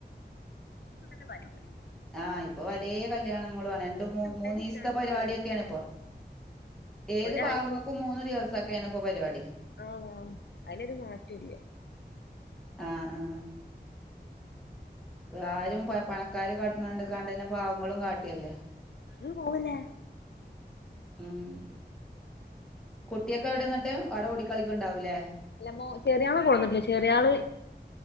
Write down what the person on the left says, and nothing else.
<unintelligible>
ഉണ്ടായിരുന്നു
സ്റ്റാറ്റസുകള്
ഒരാഴ്ച
ആണോ അതിലൊരു മാറ്റം ഇല്ല
അത് പോലേ
അല്ലമ്മോ ചെറിയാളെ കൊടുന്നട്ടില്ല ചെറിയാൾ